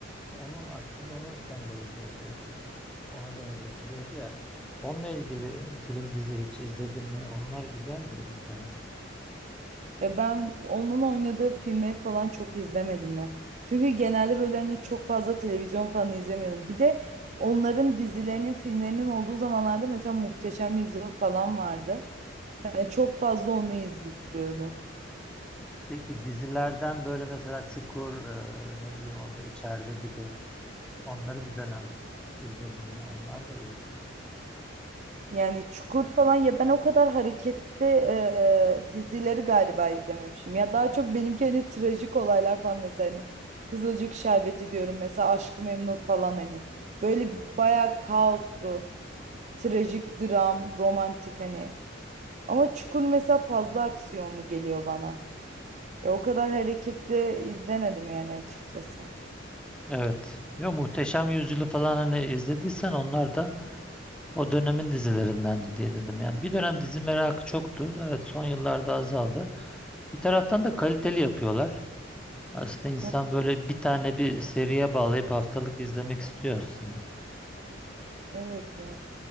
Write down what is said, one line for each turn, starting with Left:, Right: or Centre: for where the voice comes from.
Centre: Onun aslında onu sembolize ediyordu. Ona benzetiliyordu ya. Onunla ilgili film dizi hiç izledim mi? Onlar güzeldi bir dönem.
Right: E ben onun oynadığı filmleri falan çok izlemedim ya. Çünkü genelde böyle hani çok fazla televizyon falan izlemiyorum. Bir de onların dizilerinin, filmlerinin olduğu zamanlarda mesela Muhteşem Yüzyıl falan vardı. Yani çok fazla onu izliyordum.
Centre: Peki dizilerden böyle mesela Çukur, e, ne bileyim orada içeride gibi onları bir dönem izledim mi? Onlar da iyiydi.
Right: Yani Çukur falan ya ben o kadar hareketli e, dizileri galiba izlememişim. Ya daha çok benimki hani trajik olaylar falan mesela hani Kızılcık Şerbeti diyorum mesela Aşk-ı Memnu falan hani böyle bayağı kaoslu, trajik dram, romantik hani. Ama Çukur mesela fazla aksiyonlu geliyor bana. Ya o kadar hareketli izlemedim yani açıkçası.
Centre: Evet. Ya Muhteşem Yüzyılı falan hani izlediysen onlar da o dönemin dizilerindendi diye dedim. Yani bir dönem dizi merakı çoktu. Evet son yıllarda azaldı. Bir taraftan da kaliteli yapıyorlar. Aslında insan
Right: E-
Centre: böyle bir tane bir seriye bağlayıp haftalık izlemek istiyor aslında.
Right: Evet ya.